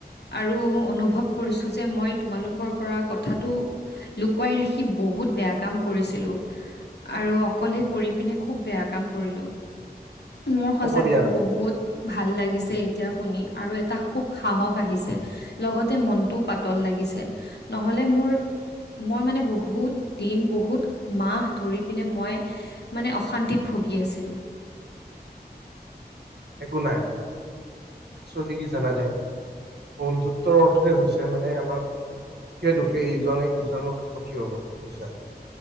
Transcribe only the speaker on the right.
হ'ব দিয়া
একো নাই, একচুৱেলি কি জানানে বন্ধুত্বৰ অৰ্থই হৈ ছে মানে আমাক সুখে- দুখে ইজনে সিজনৰ সাৰথি হব পাৰে বুজিছা?